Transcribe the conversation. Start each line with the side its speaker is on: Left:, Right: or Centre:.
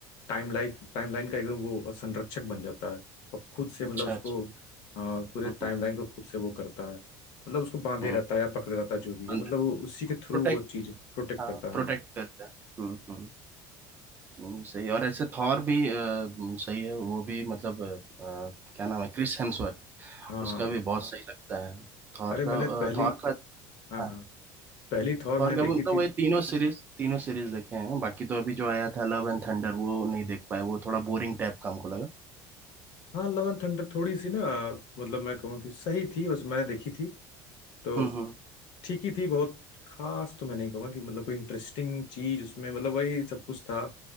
Left: टाइम लाइन टाइम लाइन का एकदम वो संरक्षक बन जाता है अब खुद से मतलब
Right: अच्छा
Left: उसको
Right: अच्छा
Left: अ, पूरे
Right: हम्म
Left: टाइम
Right: हम्म
Left: लाइन को खुद से वो करता है मतलब उसको बांधे
Right: हम्म,
Left: रहता है या पकड़े रहता है जो भी
Right: बंदर
Left: है मतलब वो उसी के थ्रू
Right: प्रोटेक्ट
Left: वो चीज प्रोटेक्ट
Right: हाँ
Left: करता है
Right: प्रोटेक्ट
Left: हाँ
Right: करता है हम्म हम्म हम्म, सही और ऐसे थॉर भी अ, हम्म, सही है वो भी मतलब अ, अ, क्या नाम है क्रिस हेम्सवर्थ
Left: हाँ
Right: उसका भी बहुत सही लगता है थॉर
Left: अरे मैंने
Right: का
Left: पहली
Right: अ, थॉर का
Left: हाँ
Right: हाँ
Left: हाँ पहली थॉर
Right: थॉर
Left: मैंने
Right: का
Left: देखी
Right: मतलब
Left: थी
Right: वही तीनों सीरीज तीनों सीरीज देखे हैं बाकी तो अभी जो आया था लव एंड थंडर वो नहीं देख पाए वो थोड़ा बोरिंग टाइप का हमको लगा
Left: हाँ लव एंड थंडर थोड़ी सी ना मतलब मैं कहूँगा कि सही थी बस मैं देखी थी तो
Right: हम्म हम्म
Left: ठीक ही थी बहुत खास तो मैं नहीं कहूँगा कि मतलब कोई इंटरेस्टिंग चीज उसमें मतलब वही सब कुछ था